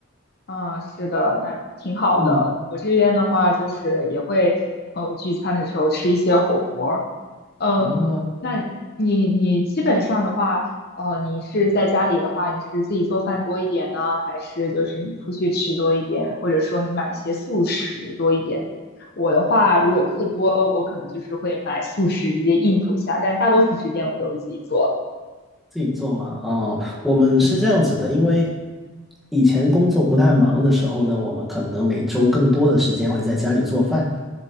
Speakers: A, on the left; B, in the centre.
A: 嗯，是的，那挺好的。
B: 嗯
A: 我这边的话，就是也会朋友聚餐的时候吃一些火锅，嗯，
B: 啊，
A: 那你你基本上的话，呃，你是在家里的话，你是自己做饭多一点呢，还是就是你出去吃多一点，或者说你买一些速食多一点？我的话，如果课多，我可能就是会买速食直接应付一下，但大多数时间我都是自己做。
B: 自己做嘛？哦，我们是这样子的，
A: 嗯
B: 因为以前工作不太忙的时候呢，我们可能每周更多的时间会在家里做饭，